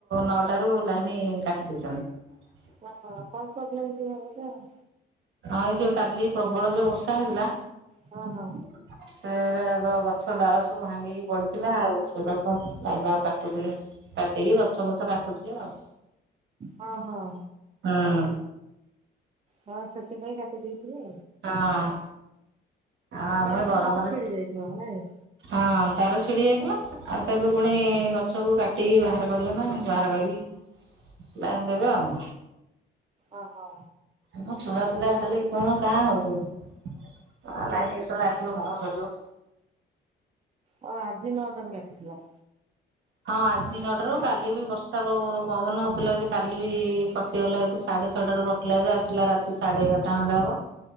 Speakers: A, on the right; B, on the right.
A: ନଅଟାରୁ ଲାଇନ୍ କାଟି ଦେଇଚନ୍ତି।
B: ଓହୋ କଣ ପ୍ରୋବ୍ଲେମ ଥିବ ବୋଧେ ଆଉ।
A: ଆଇ ଯୋଉ କାଲି ପ୍ରବଳ ଯୋଉ ବର୍ଷା ହେଇଥିଲା।
B: ହଁ ହଁ।
A: <unintelligible> ସେଗୁଡାକ ଗଛ ଡାଳ ସବୁ ଭାଙ୍ଗିକି ପଡିଥିଲା ଆଉ ସେଡାକ <unintelligible> କାଟୁଥୁଲେ। କାଟିକି ଗଛ ଫଛ କାଟୁଥିଲେ ଆଉ।
B: ହଁ ହଁ।
A: ହଁ।
B: ହଁ ସେଥିପାଇଁ କାଟି ଦେଇ ଥିବେ।
A: ହଁ। ଆମେ
B: ତାର ଫାର
A: ଗରମରେ
B: କୋଉଠି ଛିଡି ଯାଇଥିବ ନାଇଁ।
A: ହଁ ତାର ଛିଡି ଯାଇଥିଲା ଆଉ ତାକୁ ପୁଣି ଗଛକୁ କାଟିକି ବାହାର କରିବ ନା ବାହାର କରିକି? ଲାଇନ୍ ଦେବେ ଆଉ।
B: ଓ ହୋ।
A: ମୋ ଛୁଆ ପିଲା ଖାଲି କୁଁ କାଁ ହଉଛନି ଲାଇନ କେତେବେଳେ ଆସିବ କଣ କରିବ?
B: ହଁ ଆଜି ନଅଟାରୁ କାଟିଥିଲା।
A: ହଁ ଆଜି ନଅଟାରୁ କାଲି ବି ବର୍ଷା ପବ ପବନ ହଉଥିଲା ଯେ କାଲି ବି କଟିଗଲା ଏତେ ସାଢେ ଛଅଟାରୁ କ କଟିଲା ଯେ ଆସିଲା ରାତି ସାଢେ ଏଗାରଟା ଖଣ୍ଡେ ହବ।